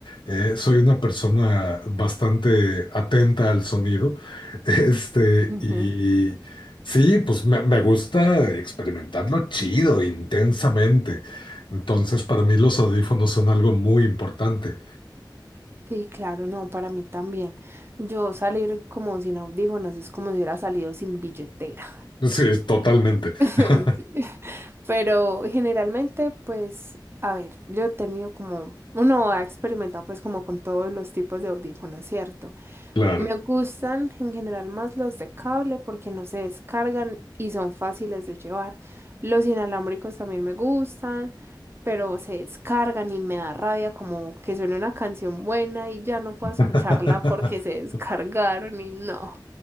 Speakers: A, on the left; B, on the right.
A: eh, soy una persona bastante atenta al sonido, <laughs> este,
B: Ujú.
A: y sí, pues me, me gusta experimentarlo chido, intensamente. Entonces, para mí los audífonos son algo muy importante.
B: Sí, claro, no, para mí también. Yo salir como sin audífonos es como si hubiera salido sin billetera.
A: Sí, totalmente.
B: <laughs>
A: <laughs>
B: Sí. Pero generalmente, pues, a ver, yo he tenido como, uno ha experimentado pues como con todos los tipos de audífonos, ¿cierto?
A: Claro.
B: Me gustan en general más los de cable porque no se descargan y son fáciles de llevar. Los inalámbricos también me gustan, pero se descargan y me da rabia como que suene una canción buena y ya no puedo escucharla
A: <laughs>
B: porque se descargaron y no.